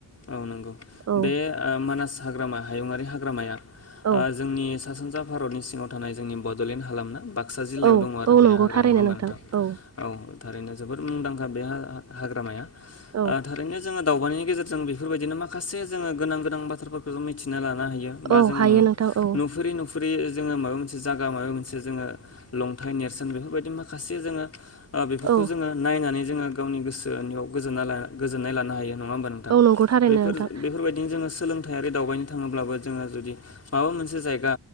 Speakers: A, on the left; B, on the right.
A: औ नंगौ
B: औ
A: बे ओ मानास हाग्रामा हायुङारि हाग्रामाया
B: औ
A: ओ जोंनि सा सानजा भारतनि सिङाव थानाय जोंनि बडलेण्ड हालामना बा क्सा जिल्लायाव
B: औ
A: दङ' आरो
B: औ
A: बे
B: नंगौ
A: हाग्राया
B: थारैनो
A: नङा होमबा नोंथां
B: औ
A: औ थारैनो जोबोर मुंदांखा बे हा हाग्रामाया
B: औ
A: ओ थारैनो जोङो दाउबायनाय जों बेफोरबायदिनो माखासे जोङो गोनां गोनां बाथ्राफोरखौ जों मिथिनो ला ना हायो बा
B: औ
A: जोङो
B: हायो
A: नु
B: नोंथां औ
A: नुफेरै नुफ फ्रि जोङो माबा मोनसे जायगा माबा मोनसे जोङो लंथाइ नेरसोन बेफोरबायदि माखासे जोङो ओ बेफोरखौ
B: औ
A: जोङो नायनानै जोङो गावनि गोसोनिआव गोजोननाय ला गोजोननाय लानो हायो नङा होमबा नों
B: औ
A: बेफोर
B: नंगौ थारैनो नोंथां
A: बेफोरबायदिनो जोङो सोलों थायारि दावबायनो थाङोब्लाबो जोङो जुदि माबा मोनसे जायगा